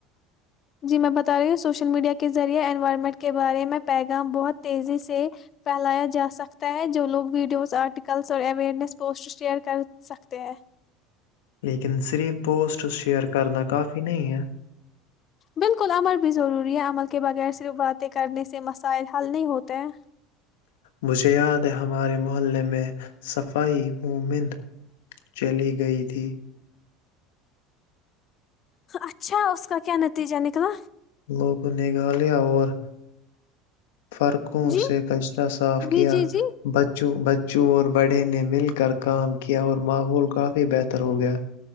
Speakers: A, on the left; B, on the left.
A: جی میں بتا رہی ہوں سوشل میڈیا کے ذریعہ انوائرمنٹ کے بارے میں پیغام بہت تیزی سے پھیلایا جاسکتا ہے جو لوگ ویڈیوز آرٹیکلز اور اویرنیس پوسٹ شیئر کر سکتے ہیں
B: لیکن صرف پوسٹ شیئر کرنا کافی نہیں ہے
A: بالکل عمل بھی ضروری ہے عمل کے بغیر صرف باتیں کرنے سے مسائل حل نہیں ہوتے ہیں
B: مجھے یاد ہے ہمارے محلے میں صفائی مومند چلی گئی تھی
A: اچھا اس کا کیا نتیجہ نکلا
B: لوگوں نگھالیہ اور فرقوں
A: جی
B: سے کچرا صاف
A: جی
B: کیا
A: جی جی
B: بچوں چور بڑے نے مل کر کام کیا اور ماحول کافی بہتر ہو گیا